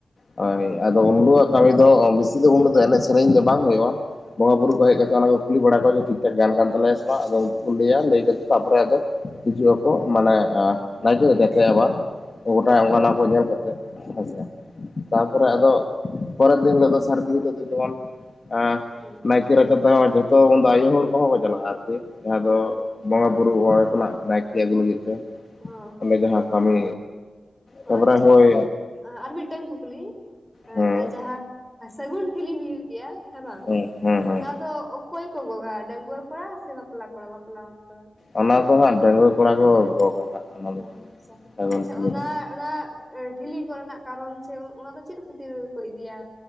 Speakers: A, on the left; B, in the centre.
A: ᱵᱟᱭ ᱦᱳᱭ ᱟᱫᱚ ᱩᱱᱣᱟᱜ ᱠᱟᱹᱢᱤ ᱫᱚ ᱵᱮᱥᱤ ᱫᱚ ᱩᱱᱟᱹᱜ ᱫᱚ ᱮᱱᱮᱡ ᱥᱮᱨᱮᱧ ᱫᱚ ᱵᱟᱝ ᱦᱩᱭᱩᱜᱼᱟ ᱵᱚᱸᱜᱟ
B: ᱦᱮᱸ
A: ᱵᱩᱨᱩ ᱠᱚ ᱦᱮᱡ ᱠᱟᱛᱮ ᱚᱱᱟ ᱠᱚ ᱠᱩᱞᱤ ᱵᱟᱲᱟ ᱠᱚᱣᱟᱮ ᱴᱷᱤᱠ ᱴᱷᱟᱠ ᱜᱟᱱ ᱠᱟᱱ ᱛᱟᱞᱮᱭᱟ ᱥᱮ ᱟᱫᱚ ᱩᱱᱠᱩ ᱠᱚ ᱞᱟᱹᱭᱟ ᱞᱟᱹᱭ ᱠᱟᱛᱮ ᱛᱯᱚᱨᱮ ᱟᱫᱚ ᱦᱤᱡᱩᱜ ᱟᱠᱚ ᱢᱟᱱᱮ ᱱᱟᱭᱠᱮ ᱡᱟᱛᱮ ᱟᱵᱟᱨ ᱜᱚᱴᱟ ᱚᱱᱟᱱᱟ ᱠᱚ ᱧᱮᱞ ᱠᱟᱛᱮᱜ ᱟᱪᱪᱷᱟ ᱛᱟᱯᱚᱨᱮ
B: ᱦᱳᱭ
A: ᱟᱫᱚ ᱯᱚᱨᱮᱨ ᱫᱤᱱ ᱦᱤᱞᱳᱜ ᱫᱚ ᱥᱟᱹᱨᱫᱤ ᱦᱤᱞᱟᱹᱜ ᱫᱚ ᱡᱮᱢᱚᱱ ᱮ
B: ᱦᱩᱸ
A: ᱱᱟᱭᱠᱮ ᱨᱟᱪᱟ ᱛᱮᱦᱚᱸ ᱡᱚᱛᱚ ᱩᱱᱫᱚ ᱟᱭᱳ ᱦᱚᱲ ᱠᱚᱦᱚᱸ ᱠᱚ ᱪᱟᱞᱟᱜᱼᱟ ᱟᱨᱠᱤ ᱡᱟᱦᱟᱸ
B: ᱦᱚᱸ
A: ᱫᱚ ᱵᱚᱸᱜᱟ ᱵᱩᱨᱩ ᱦᱚᱲ ᱠᱷᱚᱱᱟᱜ ᱱᱟᱭᱠᱮ ᱟᱹᱜᱩ ᱞᱟᱹᱜᱤᱫ ᱛᱮ
B: ᱦᱚᱸ ᱦᱚᱸ
A: ᱚᱰᱮ ᱡᱟᱦᱟᱸ ᱠᱟᱹᱢᱤ ᱛᱟᱯᱚᱨᱮ
B: ᱟᱪᱪᱷᱟ
A: ᱦᱳᱭ
B: ᱟᱨ ᱢᱤᱫ ᱴᱮᱱ ᱠᱩᱠᱞᱤ
A: ᱦᱮᱸ
B: ᱮ ᱡᱟᱦᱟᱸ ᱥᱟᱜᱩᱱ ᱴᱷᱤᱞᱤ ᱦᱮᱸ ᱵᱟᱝ
A: ᱦᱮᱸ ᱦᱮᱸ ᱦᱮᱸ
B: ᱚᱱᱟ ᱫᱚ ᱚᱠᱚᱭ ᱠᱚ ᱜᱚᱜ ᱜᱟ ᱰᱟᱹᱝᱜᱩᱣᱟ ᱠᱚᱲᱟ ᱥᱮ ᱵᱟᱯᱞᱟ ᱠᱚ ᱵᱟᱯᱞᱟᱱ ᱠᱚ
A: ᱚᱱᱟ ᱫᱚ ᱦᱟᱸᱜ ᱰᱟᱹᱝᱜᱩᱣᱟᱹ ᱠᱚᱲᱟ ᱠᱚ ᱜᱚᱜᱼᱟ ᱦᱟᱸᱜ ᱚᱱᱟ ᱫᱚ
B: ᱚ ᱟᱪᱪᱷᱟ
A: ᱥᱟᱹᱜᱩᱱ
B: ᱟᱪᱪᱷᱟ
A: ᱴᱷᱤᱞᱤ
B: ᱚᱱᱟ
A: ᱫᱚ
B: ᱚᱱᱟ ᱮ ᱴᱷᱤᱞᱤ ᱠᱚᱨᱮᱱᱟᱜ ᱠᱟᱨᱚᱱ ᱥᱮ ᱚᱱᱟ ᱫᱚ ᱪᱮᱫ ᱠᱷᱟᱹᱛᱤᱨ ᱠᱚ ᱤᱫᱤᱭᱟ